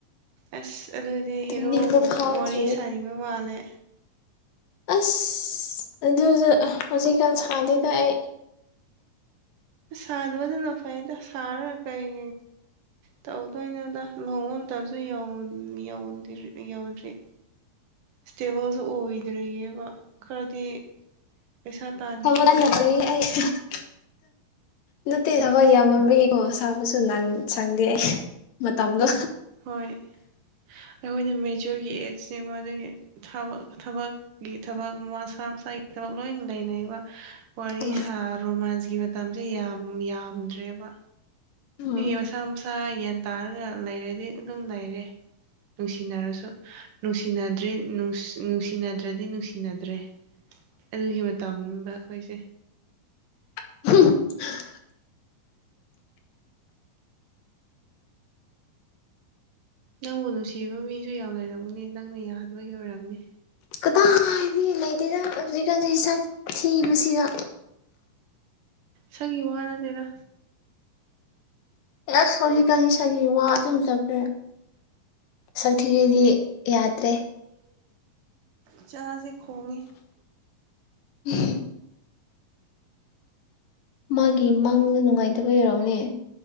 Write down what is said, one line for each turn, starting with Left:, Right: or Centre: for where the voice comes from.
Right: ꯑꯁ ꯑꯗꯨꯗꯤ
Left: ꯇꯨꯝꯅꯤꯡꯕ
Right: ꯍꯦꯔꯣꯕꯨ
Left: ꯐꯥꯎꯗ꯭ꯔꯤꯌꯦ
Right: ꯋꯥꯔꯤ ꯁꯥꯅꯤꯡꯕ ꯃꯥꯜꯂꯦ
Left: ꯑꯁ ꯑꯗꯨ ꯍꯧꯖꯤꯛꯀꯥꯟ ꯁꯥꯗꯨꯗ ꯑꯩ
Right: ꯁꯥꯗꯕꯗꯨꯅ ꯐꯥꯏꯗ ꯁꯔ ꯀꯩ ꯇꯧꯗꯣꯏꯅꯗ ꯂꯨꯍꯣꯡꯕ ꯃꯇꯝꯁꯨ ꯌꯧꯗꯔꯤ ꯌꯧꯗ꯭ꯔꯤ ꯏꯁꯇꯦꯕꯜꯁꯨ ꯑꯣꯏꯗ꯭ꯔꯤꯑꯕ ꯈꯔꯗꯤ ꯄꯩꯁꯥ ꯇꯥꯟꯈꯤꯉꯉꯣꯟꯗ
Left: ꯊꯕꯛ <unintelligible> ꯅꯠꯇꯦ ꯊꯕꯛ ꯌꯥꯝꯃꯟꯕꯒꯤꯀꯣ ꯁꯥꯕꯁꯨ ꯁꯪꯗꯦ ꯑꯩ ꯃꯇꯝꯗꯣ
Right: ꯍꯣꯏ ꯑꯩꯈꯣꯏꯅ ꯃꯦꯆꯣꯔꯒꯤ ꯑꯦꯠꯖꯅꯦꯕ ꯑꯗꯨꯒꯤ ꯊꯕ ꯊꯕꯛꯀꯤ ꯊꯕꯛ ꯃꯁꯥ ꯃꯁꯥꯒꯤ ꯊꯕꯛ ꯂꯣꯏ ꯂꯩꯅꯔꯤꯕ ꯋꯥꯔꯤ
Left: ꯎꯝ
Right: ꯁꯥ ꯔꯣꯃꯥꯟꯁꯀꯤ ꯃꯇꯝꯁꯦ ꯌꯥꯝ ꯌꯥꯝꯗ꯭ꯔꯦꯕ
Left: ꯎꯝ
Right: ꯃꯁꯥ ꯃꯁꯥ ꯒ꯭ꯌꯥꯟ ꯇꯥꯔꯒ ꯂꯩꯔꯗꯤ ꯑꯗꯨꯝ ꯂꯩꯔꯦ ꯅꯨꯡꯁꯤꯅꯔꯁꯨ ꯅꯨꯡꯁꯤꯅꯗ꯭ꯔꯤ ꯅꯨꯡꯁꯤꯅꯗ꯭ꯔꯗꯤ ꯅꯨꯡꯁꯤꯅꯗ꯭ꯔꯦ ꯑꯗꯨꯒꯤ ꯃꯇꯝꯝꯕ ꯑꯩꯈꯣꯏꯁꯦ
Left: <unintelligible>
Right: ꯅꯪꯕꯨ ꯅꯨꯡꯁꯤꯕ ꯃꯤꯁꯨ ꯌꯥꯝ ꯂꯩꯔꯝꯒꯅꯤ ꯅꯪꯅ ꯌꯥꯗꯕꯒꯤ ꯑꯣꯏꯔꯝꯅꯤ
Left: ꯀꯗꯥ ꯍꯥꯏꯗꯤ ꯂꯩꯔꯤꯅ ꯍꯧꯖꯤꯛ ꯍꯧꯖꯤꯛ ꯊꯤꯕꯁꯤꯒ
Right: ꯁꯪꯉꯤ ꯋꯥꯅ ꯇꯔ
Left: ꯑꯦ ꯁꯣꯖꯤ ꯀꯅꯤ ꯁꯥꯒꯤ ꯋꯥꯁꯨꯨꯝ ꯆꯠꯈ꯭ꯔꯦ ꯁꯪ ꯊꯤꯕꯤꯗꯤ ꯌꯥꯗ꯭ꯔꯦ
Right: ꯆꯥꯁꯦ ꯈꯣꯡꯉꯦ
Left: ꯎꯝ ꯃꯥꯒꯤ ꯃꯥꯡꯗ ꯅꯨꯡꯉꯥꯏꯇꯕ ꯌꯔꯎꯅꯦ